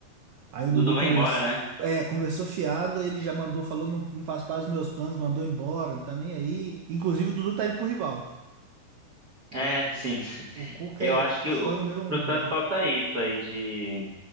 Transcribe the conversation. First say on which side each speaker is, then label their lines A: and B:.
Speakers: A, on the right (about 80°); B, on the right (about 60°).
A: Aí o Dudu
B: Dudu vai
A: conversou,
B: embora, né?
A: é, conversou fiado, ele já mandou, falou, não, não faz parte dos meus planos, mandou embora, não tá nem aí. Inclusive o Dudu tá indo pro rival. O,
B: É, sim. <laughs>
A: o Cuca
B: Eu
A: é
B: acho que
A: fã
B: o,
A: número um,
B: pro Santos
A: né?
B: falta isso aí de